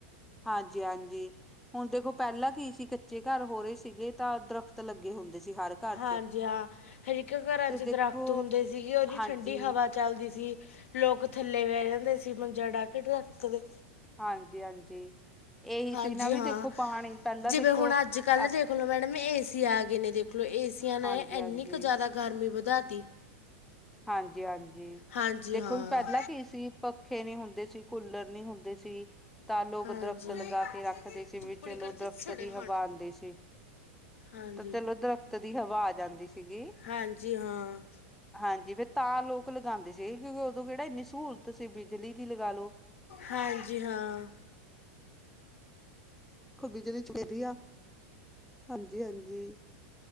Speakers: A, in the centre; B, on the left.
A: ਹਾਂਜੀ-ਹਾਂਜੀ। ਹੁਣ ਦੇਖੋ ਪੈਲਾਂ ਕੀ ਸੀ ਕੱਚੇ ਘਰ ਹੋ ਰੇ ਸੀਗੇ ਤਾਂ ਦਰਖਤ ਲੱਗੇ ਹੁੰਦੇ ਸੀ ਹਰ ਘਰ
B: ਹਾਂਜੀ
A: ਚ
B: ਹਾਂ ਹਰੇਕ ਘਰਾਂ
A: ਤੇ
B: ਚ
A: ਦੇਖੋ
B: ਦਰਖਤ ਹੁੰਦੇ ਸੀਗੇ ਓ ਜੀ
A: ਹਾਂਜੀ
B: ਠੰਡੀ ਹਵਾ ਚੱਲਦੀ ਸੀ ਲੋਕ ਥੱਲੇ ਬੈ ਜਾਂਦੇ ਸੀ ਮੰਜਾ ਡਾ ਕੇ ਦਰੱਖਤ ਦੇ।
A: ਹਾਂਜੀ ਹਾਂਜੀ ਇਹੀ
B: ਹਾਂਜੀ
A: ਸੀ ਨਾ ਵੀ
B: ਹਾਂ
A: ਦੇਖੋ ਪਾਣੀ ਪਹਿਲਾਂ
B: ਜਿਵੇਂ
A: ਦੇਖੋ
B: ਹੁਣ ਅੱਜ ਕੱਲ
A: ਆਪ
B: ਦੇ ਖਲੋ ਮੈਡਮ ਏ ਸੀ ਆ ਗਏ ਨੇ ਦੇਖ ਲਓ ਏਸੀਆਂ ਨੇ
A: ਹਾਂਜੀ
B: ਇੰਨੀ
A: ਹਾਂਜੀ
B: ਕ ਜਾਦਾ ਗਰਮੀ ਵਧਾ ਤੀ।
A: ਹਾਂਜੀ-ਹਾਂਜੀ
B: ਹਾਂਜੀ
A: ਦੇਖੋ
B: ਹਾਂ
A: ਵੀ ਪੈਲਾਂ ਕੀ ਸੀ ਪੱਖੇ ਨੀ ਹੁੰਦੇ ਸੀ ਕੂਲਰ ਨੀ ਹੁੰਦੇ ਦੇ ਸੀ। ਤਾਂ ਲੋਕ
B: ਹਾਂਜੀ
A: ਦਰਖਤ ਲਗਾ
B: ਹਾਂ।
A: ਕੇ ਰੱਖਦੇ ਸੀ
B: ਤੁੱਪਣੀ
A: ਵੀ ਚਲੋ
B: ਕਰਦੇ
A: ਦਰਖਤ
B: ਛੜੇ
A: ਦੀ
B: ਹੰਡ
A: ਹਵਾ ਆਂਦੀ ਸੀ।
B: ਹਾਂਜੀ।
A: ਤਾਂ ਚਲੋ ਦਰਖਤ ਦੀ ਹਵਾ ਆ ਜਾਂਦੀ ਸੀਗੀ।
B: ਹਾਂਜੀ ਹਾਂ।
A: ਹਾਂਜੀ ਫੇਰ ਤਾਂ ਲੋਕ ਲਗਾਂਦੇ ਸੀਗੇ ਕਿਉਂਕਿ ਓਦੋਂ ਕੇੜਾ ਇੰਨੀ ਸਹੂਲਤ ਸੀ ਬਿਜਲੀ ਦੀ ਲਗਾ ਲੋ।
B: ਹਾਂਜੀ ਹਾਂ।
A: ਦੇਖੋ ਬਿਜਲੀ ਚ <unintelligible> ਆ ਹਾਂਜੀ-ਹਾਂਜੀ।